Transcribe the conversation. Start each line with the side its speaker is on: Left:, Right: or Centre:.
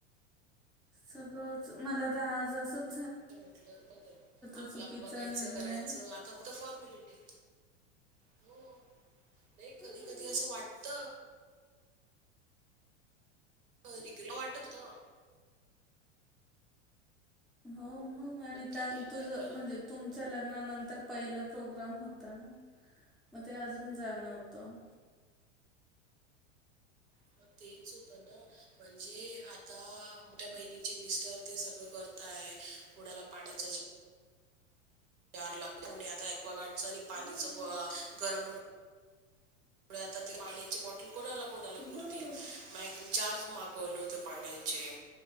Centre: सगळंच, मला तर आज असं
Right: ते म्हटलं होतं की नाय. आपलं
Centre: चुकीचा
Right: आप बघायचं,
Centre: निर्णय.
Right: करायचं, आता फक्त फॉरमॅलीटी. हो, नाही
Centre: हम्म.
Right: कधी कधी असं वाटत हो रिग्रेट वाटत होत
Centre: हो मंग, आणि
Right: पण ठीक
Centre: काल
Right: आहे आता
Centre: तुझ
Right: गरम
Centre: म्हणजे तुमच्या लग्नानंतर पहिलं प्रोग्राम होता ना, मग ते अजून जाणवतं.
Right: <inaudible> <unintelligible> ना म्हणजे आता, मोठ्या बहिणीचे मिस्टर ते सगळं करता आहे पुण्याला पाण्याचा ज गार लागत आता ॲक्वागार्डच आणि पाणीच
Centre: हम्म.
Right: गरम त्या आता ते पाण्याचे बॉटल कोणाला कोणाला पुरतील
Centre: बरोबर.
Right: मंग एकदम <unintelligible> मागवलं होते पाण्याचे,